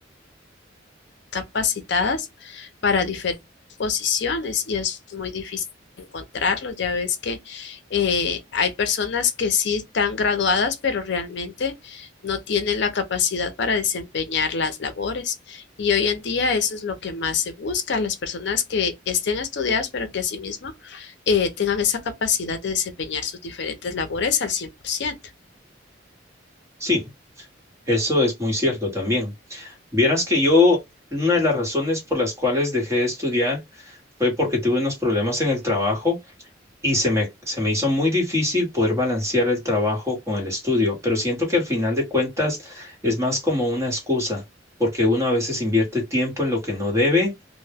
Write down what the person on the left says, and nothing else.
capacitadas para diferentes posiciones y es muy difícil encontrarlos. Ya ves que eh, hay personas que sí están graduadas, pero realmente no tienen la capacidad para desempeñar las labores. Y hoy en día eso es lo que más se busca, las personas que estén estudiadas, pero que asimismo eh, tengan esa capacidad de desempeñar sus diferentes labores al 100%.